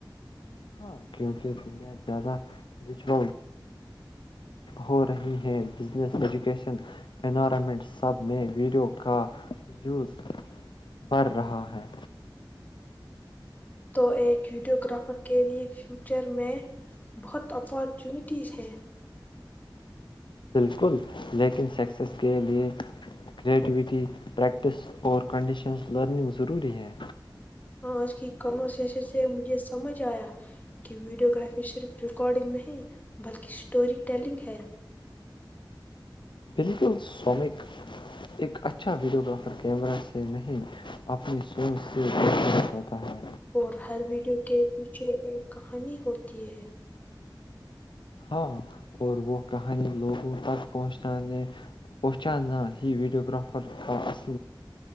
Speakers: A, on the left; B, on the left.
A: ہاں کیونکہ دنیا زیادہ ویژل ہو رہی ہے بزنس ایجوکیشن انوائرمنٹ سب میں ویڈیو کایوز بڑھ رہا ہے
B: تو ایک ویڈیو گرافر کے لیے فیوچر میں بہت اپارچونیٹیز ہے
A: بالکل لیکن سکسیس کے لیے کرٹیویٹی پریکٹس اور کنڈیشنس لرننگ ضروری ہے
B: آج کی کنورسشن سے مجھے سمجھ آیا کہ ویڈیو گرافی صرف ریکارڈنگ نہیں بلکہ اسٹوری ٹیلنگ ہے
A: بالکل سومک ایک اچھا ویڈیو گرافر کیمرہ سے نہیں اپنی سوچ سےتا ہے
B: اور ہر ویڈیو کے پیچھے ایک کہانی ہوتی ہے
A: ہاں اور وہ کہانی لوگوں تک پہنچانے پہنچانا ہی ویڈیو گرافر کا ال